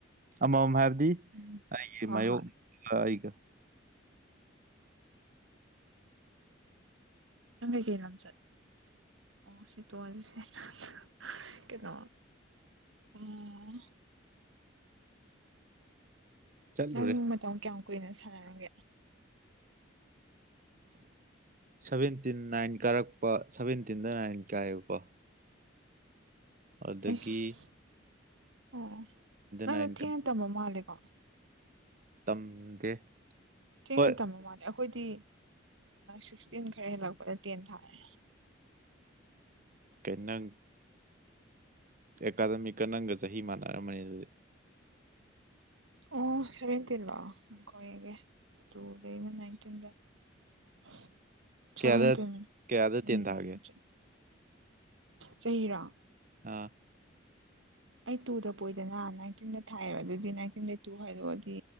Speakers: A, on the right; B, on the right.
A: ꯑꯃꯃꯝ ꯍꯥꯏꯕꯗꯤ
B: ꯎꯝ
A: ꯑꯩꯒꯤ
B: ꯍꯣꯏ
A: ꯃꯌꯣꯛꯒ
B: ꯍꯣꯏ
A: ꯑꯩꯒ
B: ꯎꯝ ꯆꯩ ꯀꯦ ꯂꯝꯝ ꯆꯠ <unintelligible> <unintelligible> ꯑꯣ ꯇꯣꯁꯦ <unintelligible> ꯀꯩꯅꯣ ꯑꯣ
A: ꯆꯠꯂꯨꯔꯦ
B: ꯅꯪ ꯃꯇꯝ ꯀꯌꯥꯝ ꯀꯨꯏꯅ ꯁꯥꯟꯅꯔꯝꯒꯦ
A: ꯁꯚꯦꯟꯇꯤꯟ ꯅꯥꯏꯟ ꯀꯥꯔꯛꯄ ꯁꯚꯦꯟꯇꯤꯟꯗ ꯅꯥꯏꯟ ꯀꯥꯏꯑꯦꯕꯀꯣ
B: ꯑꯩꯁ
A: ꯑꯗꯥꯒꯤ
B: ꯑꯣ ꯑꯣ ꯅꯪꯗꯤ
A: ꯅꯥꯏꯟ
B: ꯊꯦꯡꯅ ꯇꯝꯕ ꯃꯥꯜꯂꯦꯀꯣ
A: ꯇꯝꯗꯦ
B: ꯊꯦꯡꯅ
A: ꯍꯣꯏ
B: ꯇꯝꯃ ꯃꯥꯂꯦ ꯑꯩꯈꯣꯏꯗꯤ ꯁꯤꯛꯁꯇꯤꯟ ꯈꯔ ꯍꯦꯜꯂꯛꯄꯗ ꯇꯦꯟ ꯊꯥꯔꯦ
A: ꯀꯩꯅꯣ ꯅꯪ ꯑꯦꯀꯥꯗꯃꯤꯛꯀ ꯅꯪꯒ ꯆꯍꯤ ꯃꯥꯟꯅꯔꯝꯃꯅꯤ ꯑꯗꯨꯗꯤ
B: ꯑꯣ ꯁꯚꯦꯟꯇꯤꯟꯔꯣ <unintelligible> ꯂꯩꯟꯇꯤꯟꯗ ꯎꯝ ꯁꯚꯦꯟꯇꯤꯟ
A: ꯀꯌꯥꯗ ꯀꯌꯥꯗ
B: ꯎꯝ
A: ꯇꯦꯟ ꯊꯥꯒꯦ
B: ꯆꯍꯤꯔꯣ
A: ꯑꯥ
B: ꯑꯩ ꯇꯨꯗ ꯄꯣꯛꯢꯗꯅ ꯅꯥꯏꯟꯇꯤꯟꯗ ꯊꯥꯏꯑꯦꯕ ꯑꯗꯨꯗꯤ ꯅꯥꯏꯟꯇꯤꯟꯗ ꯇꯨ ꯈꯥꯏꯗꯣꯛꯑꯗꯤ